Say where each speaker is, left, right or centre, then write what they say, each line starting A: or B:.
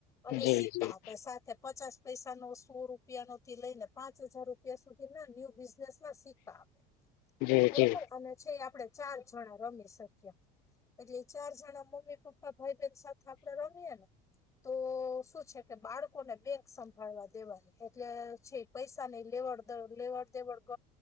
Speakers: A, on the left (about 20°); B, on the left (about 55°).
A: અને
B: જી
A: સિક્કા
B: જી
A: આપે પચાસ પૈસા નો સો રૂપિયા નોથી લઈ ને પાંચ હજાર રૂપિયા સુધી ના ન્યુ બઝ સિક્કા આપે
B: જી
A: બરોબર
B: જી
A: અને છે. આપણે ચાર જણા રમી શકીએ એટલે ચાર જણા મમ્મી પપ્પા ભાઈ બહેન સાથે આપડે રમીએે ને તો શું છે. કે બાળક કોને બેંક સંભાળવા દેવાની એટલે છે પૈસા ની લેવડ દે લેવડ દેવડ ગ